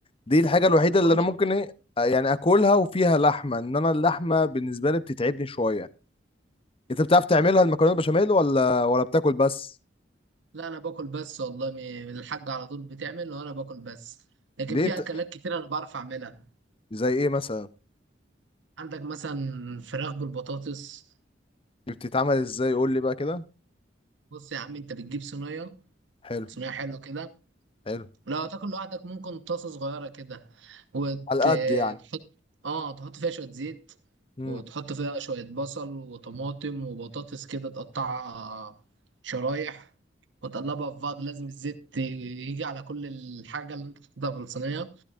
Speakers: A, on the left; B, on the right.
A: دي الحاجه الوحيده
B: ما انا بقول
A: اللي انا
B: لك
A: ممكن ايه يعني اكلها وفيها لحمه ان انا اللحمه بالنسبه لي بتتعبني شويه انت بتعرف تعملها المكرونه بشاميل ولا ولا بتاكل بس
B: لا انا باكل بس والله م- الحاجه على طول بتعمل وانا باكل بس لكن
A: ليه
B: في
A: ت-
B: اكلات كتير انا بعرف اعملها
A: زي ايه مثلا
B: عندك مثلا فراخ بالبطاطس
A: دي بتتعمل ازاي قول لي بقى كده
B: بص يا عم انت بتجيب صينيه
A: حلو
B: صينيه حلوه كده
A: حلو
B: لو تاكل لوحدك ممكن طاسة صغيرة كده وتحط
A: على قد يعني
B: اه تحط فيها شوية زيت
A: امم
B: وتحط فيها شوية بصل وطماطم وبطاطس كده تقطعها شرايح وتقلبها في بعض لازم الزيت يجي على كل الحاجة اللي انت حطيتها في الصينية